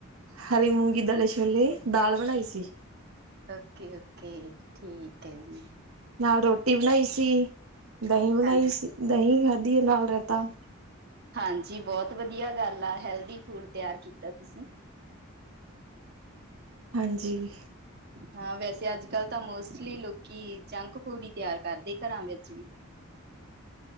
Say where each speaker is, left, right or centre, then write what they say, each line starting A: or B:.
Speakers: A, on the right (about 85°); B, on the right (about 50°).
A: ਹਰੀ ਮੂੰਗੀ, ਦਲੇ ਛੋਲੇ, ਦਾਲ ਬਣਾਈ ਸੀ।
B: ਓਕੇ-ਓਕੇ, ਠੀਕ ਹੈ ਜੀ।
A: ਨਾਲ ਰ੍ਹੋਟੀ ਬਣਾਈ ਸੀ, ਦਹੀਂ ਬਣਾਈ
B: ਹਾਂ
A: ਸੀ, ਦਹੀਂ ਖਾਧੀ ਏ ਨਾਲ ਰੈਤਾ।
B: ਹਾਂਜੀ, ਬਹੁਤ ਵਧੀਆ ਗੱਲ ਆ, ਹੈਲਦੀ ਫੂਡ ਤਿਆਰ ਕੀਤਾ ਤੁਸੀਂ।
A: ਹਾਂਜੀ।
B: ਹਾਂ, ਵੈਸੇ ਅੱਜ-ਕੱਲ ਤਾਂ ਮੋਸਟਲੀ ਲੋਕੀ, ਜੰਕ-ਫੂਡ ਹੀ ਤਿਆਰ ਕੱਰਦੇ। ਘਰਾਂ ਵਿੱਚ ਵੀ।